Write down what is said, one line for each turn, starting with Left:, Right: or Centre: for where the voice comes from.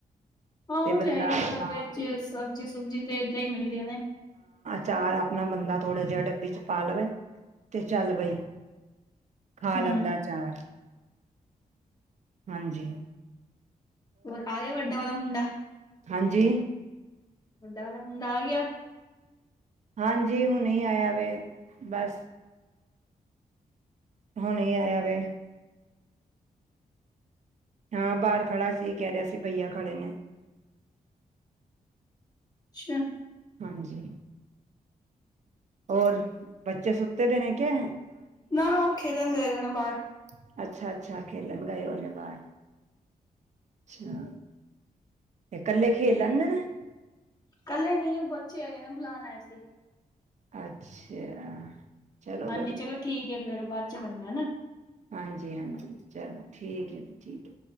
Left: ਹਾਂ ਉਹ
Right: ਬੰਦਾ
Left: ਤੇ ਹੈ ਹੀ ਸਫ਼ਰ
Right: ਆਪਣਾ
Left: ਵਿੱਚ ਸਬਜ਼ੀ ਸੁਬਜੀ ਤੇ ਏਦਾਂ ਈ ਮਿਲਦੀਆਂ ਨੇ
Right: ਚਾਰ ਆਪਣਾ ਬੰਦਾ ਥੋੜ੍ਹਾ ਜਿਹਾ ਡੱਬੀ ਚ ਪਾ ਲਵੇ ਤੇ ਚੱਲ ਬਈ ਖਾ
Left: ਹੂੰ
Right: ਲੈਂਦਾ ਆਚਾਰ ਹਾਂਜੀ
Left: ਹੋਰ ਆ ਗਿਆ ਵੱਡੇ ਵਾਲਾ ਮੁੰਡਾ
Right: ਹਾਂਜੀ
Left: ਵੱਡਾ ਵੱਲ ਮੁੰਡਾ ਆ ਗਿਆ
Right: ਹਾਂਜੀ ਹੁਣ ਹੀ ਆਇਆ ਵੇ ਬਸ ਹੁਨੀ ਆਇਆ ਵੇ ਹਾਂ ਬਾਹਰ ਖੜਾ ਸੀ ਕਹਿ ਰਿਹਾ ਸੀ ਬਈਆ ਖੜੇ ਨੇ
Left: ਅੱਛਾ
Right: ਹਾਂਜੀ ਹੋਰ ਬੱਚੇ ਸੁੱਤੇ ਦੇ ਨੇ ਕਿ
Left: ਨਾ ਉਹ ਖੇਡਣ ਗਏਦੇ ਨੇ ਬਾਹਰ
Right: ਨੂੰ ਅੱਛਾ ਅੱਛਾ ਖੇਲਣ ਗਏ ਹੋਏ ਨੇ ਬਾਹਰ ਅੱਛਾ ਤੇ ਇਕੱਲੇ ਖੇਲ ਲੈਂਦੇ ਨੇ
Left: ਇਕੱਲੇ ਨਹੀਂ ਓ ਬੱਚੇ ਹੈਗੇ ਨੇ ਬੁਲਾਾਨ ਆਏ ਸੀ
Right: ਅੱਛਾ। ਚਲੋ
Left: ਹਾਂਜੀ ਚਲੋ ਠੀਕ ਐ ਫੇਰ ਬਾ <unintelligible> ਆ ਨਾ
Right: ਹਾਂਜੀ-ਹਾਂਜੀ ਚਲੋ ਠੀਕ ਐ ਜੀ ਠੀਕ ਐ